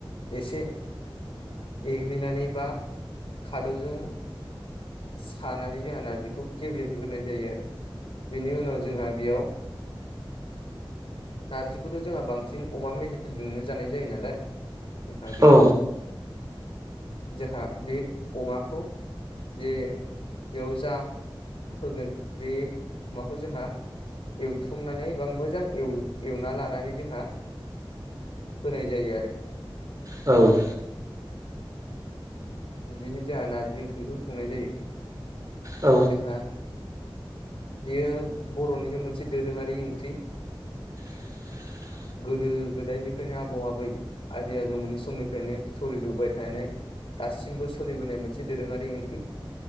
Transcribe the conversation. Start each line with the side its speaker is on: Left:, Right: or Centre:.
Left: एसे एग्लिनानै बा खादौजों सानानै जोंहा नारजिखौ गेब्लेहोग्रोनाय जायो आरो। बेनि उनाव जोंहा बेयाव नारजिखौथ' जोंहा बांसिन अमा मेजेमजोंनो जानाय जायो नालाय जोंहा बेयाव
Right: औ
Left: जोंहा बे अमाखौ जे बेयाव जा होगोन बे माबाखौ जोंहा एवथुमनानै बा मोजां एवना लानानै जोंहा होनाय जायो आरो।
Right: औ
Left: बिदिनो जोंहा नारजि ओंख्रिखौ संनाय जायो।
Right: औ
Left: जोंहा बेयो बर'निनो मोनसे दोरोङारि ओंख्रि।
Right: <inaudible>
Left: गोदो गोदायनिफ्रायनो आबौ आबै आजै आजौमोननि समनिफ्रायनो सोलिबोबाय थानाय दासिमबो सोलिबोनाय मोनसे दोरोङारि ओंख्रि